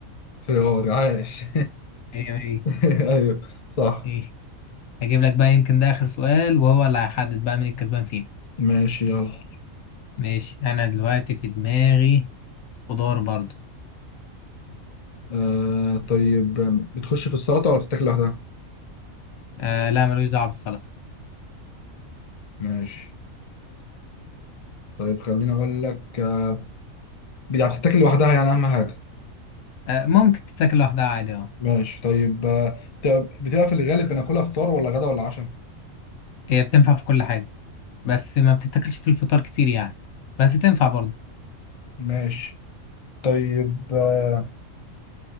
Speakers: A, on the left; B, on the left.
A: خيار عاش
B: ايه ايه
A: <laughs> ايوه صح
B: ايه هجيب لك بقى يمكن ده آخر سؤال وهو اللي هيحدد بقى مين الكسبان فينا
A: ماشي يلا
B: ماشي أنا دلوقتي في دماغي خضار برضه
A: آه طيب بتخش في السلطه ولا بتتاكل لوحدها
B: آه لا ملوش دعوة بالسلطة
A: ماشي طيب خليني اقول لك آه، يعني بتتاكل لوحدها يعني اهم حاجه
B: آه ممكن تتاكل لوحدها عادي اه
A: ماشي طيب آه، بتبقى بتبقى في الغالب بناكلها فطار ولا غدا ولا عشاء
B: هي بتنفع في كل حاجة بس ما بتتاكلش في الفطار كتير يعني بس تنفع برضه
A: ماشي طيب آه،